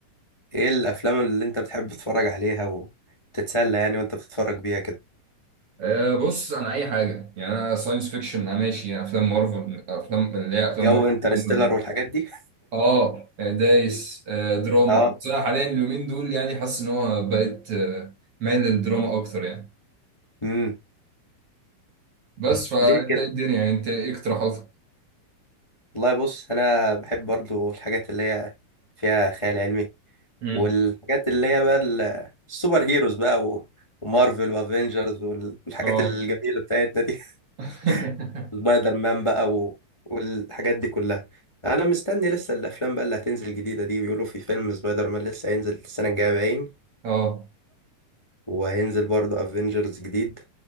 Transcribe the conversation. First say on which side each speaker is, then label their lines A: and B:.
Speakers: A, on the left (about 20°); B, on the right (about 55°).
A: ايه الافلام اللي انت بتحب تتفرج عليها وتتسلى يعني وانت بتتفرج بيها كده
B: آه، بص انا اي حاجه يعني انا ساينس فيكشن انا ماشي يعني افلام مارفل افلام اللي هي افلام
A: جو
B: مارفل
A: انترستيلر والحاجات دي
B: اه دايس آه، دراما
A: <laughs> اه
B: بس انا حاليا اليومين دول يعني حاسس ان هو بقيت آه، مايل للدراما اكتر يعني
A: امم
B: بس فانت
A: ليه
B: ايه الدنيا يعني، انت ايه اقتراحاتك؟
A: والله بص انا بحب برضو الحاجات اللي هي فيها خيال علمي
B: امم
A: والحاجات اللي هي بقى ال- السوبر هيروز بقى و- ومارفل وافنجرز والحاجات
B: اه
A: الجميله بتاعتنا دي
B: <laughs>
A: <laughs> سبايدر مان بقى و... والحاجات دي كلها انا مستني لسه الافلام بقى اللي هتنزل جديده دي بيقولوا في فيلم سبايدر مان لسه هينزل السنه الجايه باين
B: اه
A: وهينزل برضو افنجرز جديد